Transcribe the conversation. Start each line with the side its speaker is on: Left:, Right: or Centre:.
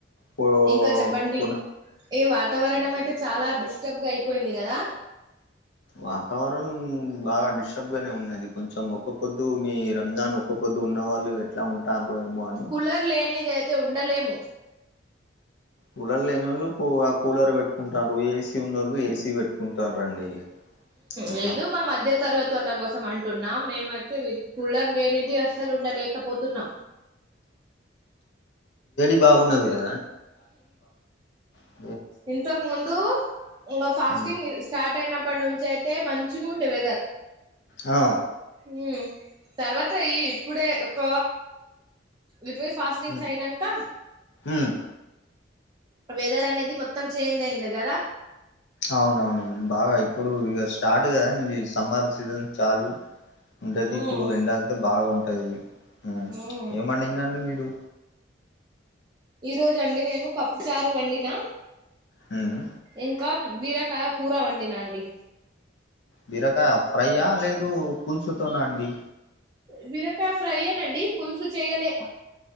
Left: పో
Right: ఇంకా చెప్పండి
Left: పున
Right: ఈ వాతావరణం అయితే చాలా డిస్టర్బ్ గా అయిపోయింది కదా
Left: వతావరణ బాగా డిస్టర్బ్ గానే ఉన్నాంది కొంచెం ఒక పొద్దు మీ రంజాన్ ఒక పొద్దు ఉన్న వాళ్ళు ఎట్లా ఉంటారుో ఏమో అని
Right: కూలర్ లేనిదయితే ఉండలేము
Left: కూలర్ లేనోళ్ళు ఆ కూలర్ పెట్టుకుంటారు ఏసీ ఉన్నోళ్ళు ఏసీ పెట్టుకుంటారు అండి అట్లా
Right: లేదు మా మధ్య తరగతి తల కోసం అంటున్నా మేమైతే కులర్ లేనిది అసలుండలేకపోతున్నాం
Left: ఇకు నదయా <inaudible>
Right: ఇంతక్ ముందు మ్మ్ ఫాస్టింగ్
Left: ఉమ్.
Right: స్టార్ట్ అయిన అప్పడ్నుంచి అయితే మంచిగుండే వెదర్
Left: హా
Right: మ్మ్ తర్వాత ఈ ఇప్పుడే ఒక ఇరవై ఫాస్టింగ్స్
Left: ఉమ్
Right: అయినాంక
Left: ఉమ్
Right: అ వెదర్ అనేద్ ఇది మొత్తం చేంజ్ అయింది గదా
Left: అవును ఆవును బాగా ఇప్పుడు ఇగ స్టార్ట్ కదాండి సమ్మర్ సీజన్ చాలు ఉంటది
Right: ఉమ్
Left: ఇప్పుడు ఎండాగ్తే బాగుంటది మ్మ్
Right: ఉమ్
Left: ప్చ్ ఏమండిందండి మీరు.
Right: ఈ రోజు అండి నేను పప్పు చారు వండినా
Left: హ్మ్
Right: ఇంకా బీరకాయ కూర వండినాండి
Left: బిరకాయ ఫ్రైయా లేదు పులుసుతోన అండి
Right: బీరకాయ ఫ్రైయేనండి పులుసు చెయ్యలే